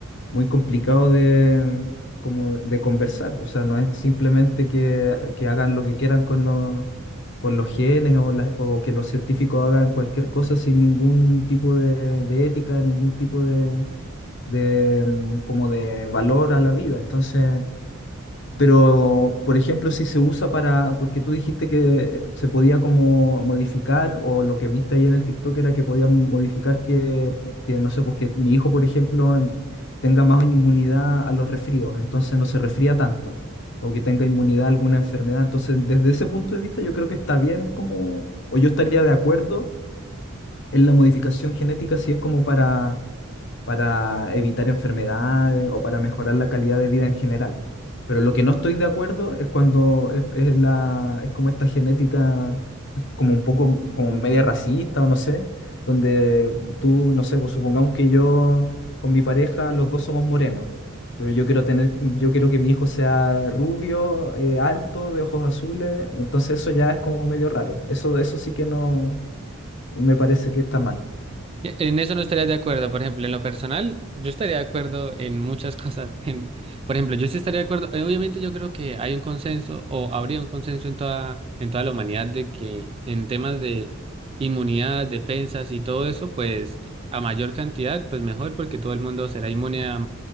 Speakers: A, on the left (about 60°); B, on the right (about 25°).
A: muy complicado de, como de conversar. O sea, no es simplemente que, que hagan lo que quieran con los, con los genes o, las- o que los científicos hagan cualquier cosa sin ningún tipo de, de ética, ningún tipo de, de, mm, como de valor a la vida. Entonces... Pero, por ejemplo, si se usa para, porque tú dijiste que se podía como modificar, o lo que viste ahí en el TikTok era que podían modificar que, que no sé, pues que mi hijo, por ejemplo, em, tenga más inmunidad a los resfríos, entonces no se resfría tanto, o que tenga inmunidad a alguna enfermedad. Entonces, desde ese punto de vista, yo creo que está bien como, o yo estaría de acuerdo en la modificación genética si es como para para evitar enfermedades o para mejorar la calidad de vida en general. Pero lo que no estoy de acuerdo es cuando es, es la, es como esta genética, como un poco, como media racista o no sé, donde tú, no sé, pues supongamos que yo con mi pareja los dos somos morenos, pero yo quiero tener, yo quiero que mi hijo sea rubio, eh, alto, de ojos azules, entonces eso ya es como medio raro. Eso, eso sí que no, me parece que está mal.
B: E- En eso no estaría de acuerdo, por ejemplo, en lo personal, yo estaría de acuerdo en muchas cosas. <laughs> En, por ejemplo, yo sí estaría de acuerdo, eh, obviamente yo creo que hay un consenso o habría un consenso en toda, en toda la humanidad de que en temas de inmunidad, defensas y todo eso, pues a mayor cantidad, pues mejor porque todo el mundo será inmune a,